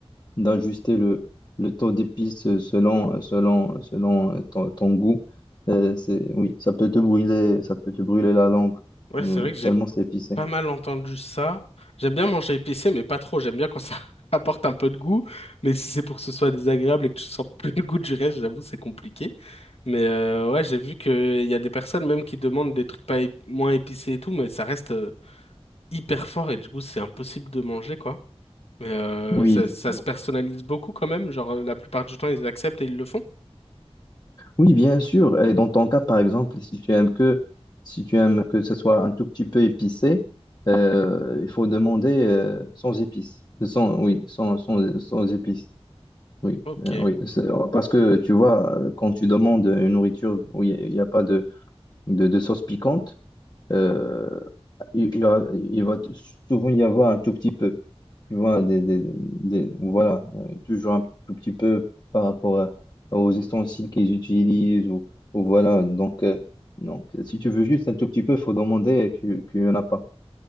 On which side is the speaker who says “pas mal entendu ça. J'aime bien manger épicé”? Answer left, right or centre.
Left